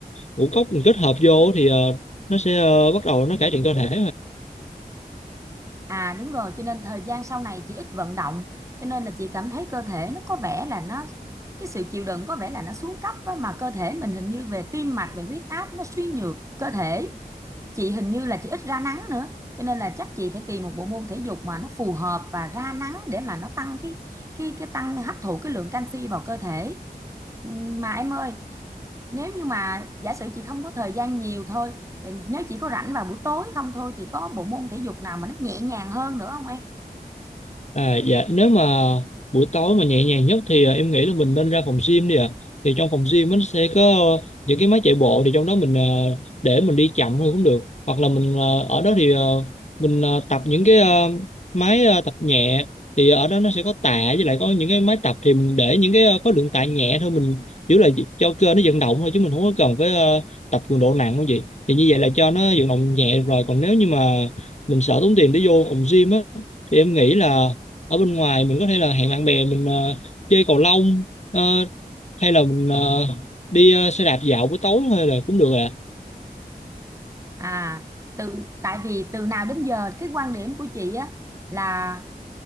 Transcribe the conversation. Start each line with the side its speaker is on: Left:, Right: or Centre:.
Left: ngũ cốc mình kết hợp vô thì ờ, nó sẽ ờ, bắt đầu nó cải thiện cơ thể
Right: À đúng rồi, cho nên thời gian sau này chị ít vận động, cho nên là chị cảm thấy cơ thể nó có vẻ là nó cái sự chịu đựng có vẻ là nó xuống cấp á, mà cơ thể mình hình như về tim mạch, về huyết áp nó suy nhược cơ thể. Chị hình như là chị ít ra nắng nữa, cho nên là chắc chị phải tìm một bộ môn thể dục mà nó phù hợp và ra nắng để mà nó tăng cái cái cái tăng hấp thụ cái lượng canxi vào cơ thể. Ừm, Mà em ơi, nếu như mà giả sử chị không có thời gian nhiều thôi mình nếu chỉ có rảnh vào buổi tối không thôi thì có bộ môn thể dục nào mà nó nhẹ nhàng hơn nữa không em
Left: À, dạ nếu mà buổi tối mà nhẹ nhàng nhất thì à, em nghĩ là mình nên ra phòng gym đi ạ thì trong phòng gym nó sẽ có ờ, những cái máy chạy bộ thì trong đó mình ờ, để mình đi chậm thôi cũng được hoặc là mình ờ, ở đó thì ờ, mình ờ, tập những cái ờ, máy ờ, tập nhẹ thì ở đó nó sẽ có tạ với lại có những cái máy tập thì mình để những cái ờ, khối lượng tạ nhẹ thôi mình chỉ là cho cơ nó vận động thôi chứ mình không có cần phải ờ, tập cường độ nặng không gì thì như vậy là cho nó vận động nhẹ rồi còn nếu như mà mình sợ tốn tiền để vô phòng gym á thì em nghĩ là ở bên ngoài mình có thể là hẹn bạn bè mình ờ, chơi cầu lông ờ, hay là mình ờ, đi ờ, xe đạp dạo buổi tối hay là cũng được ạ.
Right: à từ tại vì từ nào đến giờ cái quan điểm của chị á là